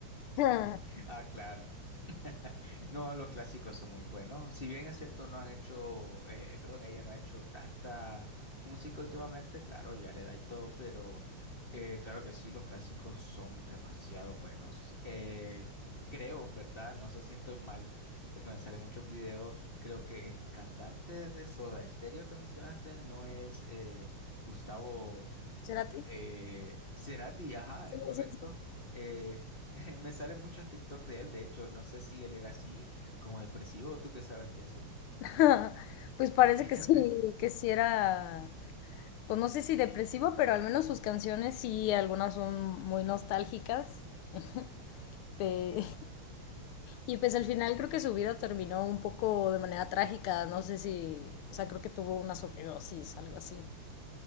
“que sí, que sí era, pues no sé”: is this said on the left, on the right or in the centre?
Left